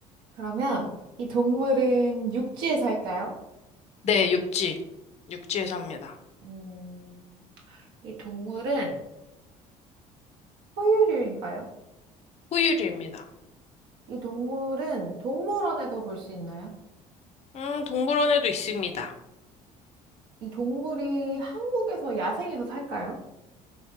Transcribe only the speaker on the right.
그러면 이 동물은 육지에 살까요?
음, 이 동물은 포유류인가요?
이 동물은 동물원에서 볼 수 있나요?
이 동물이 한국에서 야생에서 살까요?